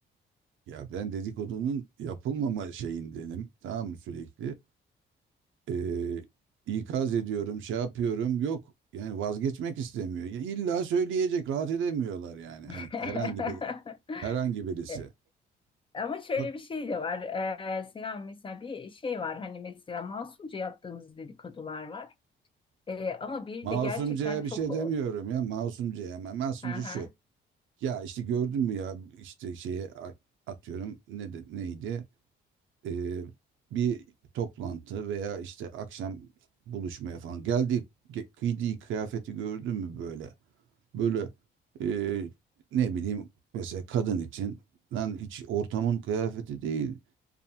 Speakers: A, on the right (about 80°); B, on the left (about 25°).
A: Ya ben dedikodunun yapılmama şeyindenim. Tamam mı sürekli? Ee, ikaz ediyorum, şey yapıyorum. Yok. Yani vazgeçmek istemiyor. Ya illa söyleyecek, rahat edemiyorlar yani. Hani
B: <laughs>
A: herhangi bir herhangi birisi.
B: E, Ama şöyle
A: Bak
B: bir şey de var. E, Selam mesela bir şey var. Hani mesela masumca yaptığımız dedikodular var. E, ama bir
A: masumcaya
B: de gerçekten çok
A: bir şey demiyorum ya. Masumcaya ama masumca
B: Hı hı,
A: şu. Ya işte gördün mü ya işte şeye a- atıyorum ne de- neydi? Ee, bir toplantı veya işte akşam buluşmaya falan geldik ge- giydiği kıyafeti gördün mü böyle Böyle e, ne bileyim mesela kadın için lan hiç ortamın kıyafeti değil.